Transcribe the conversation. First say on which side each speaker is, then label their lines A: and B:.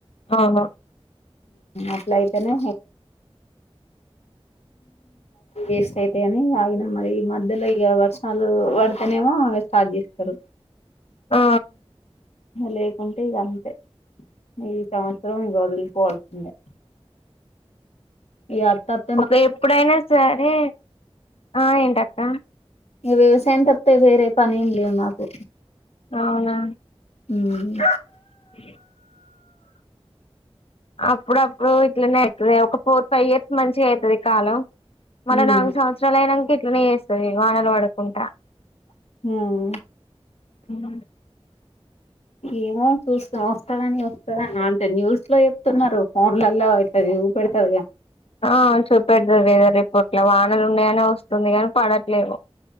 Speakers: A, on the left (about 65°); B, on the left (about 80°).
A: అవును
B: అట్లాయితేనే వేస్ట్ అయితే అని ఆనమ్ మరి మధ్యలో ఈ వర్షాలు వాడతనేమో ఫస్ట్ స్టార్ట్ చేస్తారు
A: ఆ
B: లేకుంటే ఇక అంతే ఈ సంవత్సరం ఇక వదులుకోవాల్సిందే ఈ అంతంత
A: ఒక ఎప్పుడైనా సరే ఆ ఏంటక్క
B: ఈ వ్యవసాయం తప్పితే వేరే పని ఏం లేవు మాకు
A: అవునా
B: ఉమ్
A: ఏ అప్పుడప్పుడు ఇట్లనే అవుతుంది ఒక ఫోర్ ఫైవ్ ఇయర్స్ మంచిగా అవుతుంది కాలం మరో
B: ఉమ్,
A: నాలుగు సంవత్సరాలు అయినాక ఇట్లనే చేేస్తుంది వానలు పడకుంటడా
B: ఉమ్.
A: ఉమ్
B: ఏమో చూస్తా వస్తారని వస్తాని అంటే న్యూస్ లో చెప్తున్నారు ఫోన్లో అట్లా చూపెడతదిగా
A: ఆ చూపెడతాది రిపోట్లా వానలు ఉన్నాయనే వస్తుంది కానీ పడ లేవు